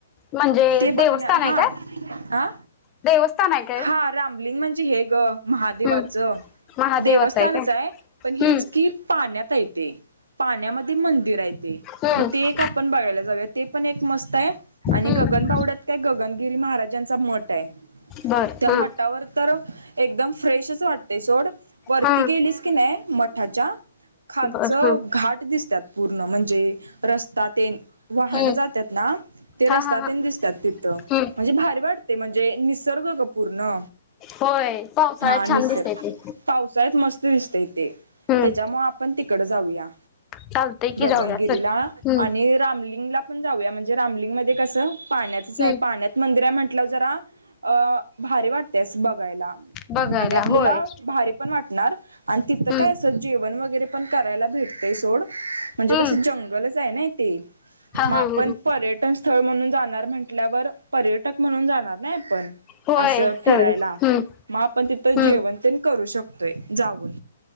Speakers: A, on the left; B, on the right.
A: म्हणजे
B: ते
A: देवस्थान
B: बघण्या
A: आहे
B: हा
A: काय
B: आ,
A: देवस्थान आहे काय
B: हा. रामलिंग म्हणजे हे गं. महादेवाचं,
A: हम्म महादेवाचं
B: देवस्थानच
A: काय
B: आहे, पण हेच
A: हम्म
B: की पाण्यात आहे ते. पाण्यामध्ये मंदिर आहे ते,
A: हम्म
B: मग ते एक आपण बघायला जाऊया ते पण एक मस्त आहे. आणि
A: हम्म
B: गगनबावड्यात काय गगनगिरी महाराजांचा मठ आहे.
A: बरं
B: त्या
A: हां.
B: मठावर तर, एकदम फ्रेशच वाटतय सोड, वरती
A: हा
B: गेलीस की नाही मठाच्या. खालचं
A: बर हा
B: घाट दिसत्यात पूर्ण म्हणजे, रस्ता तेन. वाहनं
A: हम्म
B: जात्यात ना. ते रस्तातेन
A: हा हा हा
B: दिसत्यात तिथं,
A: हम्म
B: म्हणजे भारी वाटतंय म्हणजे निसर्ग ग पूर्ण.
A: होय पावसाळ्यात
B: हा निसर,
A: छान दिसतय ते
B: पावसाळ्यात मस्त दिसतय ते,
A: हम्म
B: त्याच्यामुळ आपण तिकडं जाऊया.
A: चालतंय की
B: गगनगिरीला,
A: जाऊया चल हम्म
B: आणि रामलिंगला पण जाऊया म्हणजे रामलिंग मध्ये कसं पाण्यातच आहे
A: हम्म
B: पाण्यात मंदिर आहे म्हटल्यावर जरा, अ भारी वाटतंय असं बघायला. आणि
A: बघायला
B: आपल्याला
A: होय
B: भारी पण वाटणार, आणि तिथं
A: हम्म
B: काय असं जेवण वगैरे पण करायला भेटतय सोड म्हणजे
A: हम्म
B: कस जंगलच आहे नई. ते,
A: हा
B: म आपण
A: हा हा
B: पर्यटन स्थळ म्हणून जाणार म्हण म्हणल्यावर पर्यटक म्हणून जाणार नाही आपण,
A: होय
B: असं
A: चल
B: फिरायला.
A: हम्म
B: म आपण तिथं
A: हम्म
B: जेवण तेन करू शकतोय जाऊन.